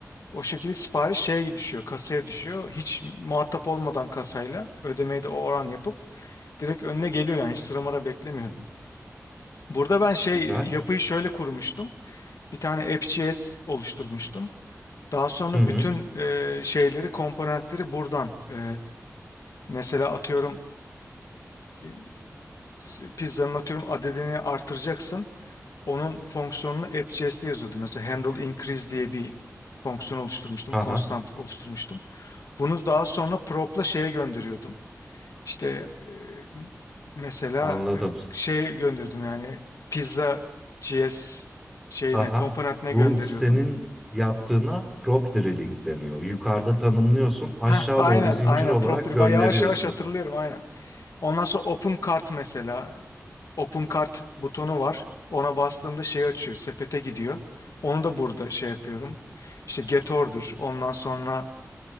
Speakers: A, on the left; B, in the centre.
A: O şekilde sipariş şeye düşüyor, kasaya düşüyor. Hiç muhatap olmadan kasayla ödemeyi de o oran yapıp direkt önüne geliyor yani hiç sıra mara beklemiyordum. Burada ben şey
B: Güzel.
A: yapıyı şöyle kurmuştum. Bir tane AppJS oluşturmuştum. Daha sonra
B: Hı hı.
A: bütün e, şeyleri, komponentleri buradan e, mesela atıyorum e, s- pizzanın atıyorum adedini artıracaksın. Onun fonksiyonunu AppJS'te yazıyordu. Mesela handle increase diye bir fonksiyon oluşturmuştum,
B: Aha,
A: constant oluşturmuştum. Bunu daha sonra prop'la şeye gönderiyordum. İşte e, mesela
B: anladım.
A: e, şey gönderdim yani pizza GS şeyine
B: Aha,
A: komponentine
B: bu
A: gönderiyordum.
B: senin yaptığına crop drilling deniyor. Yukarıda tanımlıyorsun, aşağı
A: Ha aynen
B: doğru zincir
A: aynen
B: olarak
A: prop dedi.
B: gönderiyorsun.
A: Bak yavaş yavaş hatırlıyorum aynen. Ondan sonra open cart mesela open cart butonu var. Ona bastığında şey açıyor, sepete gidiyor. Onu da burada şey yapıyorum. İşte get order, ondan sonra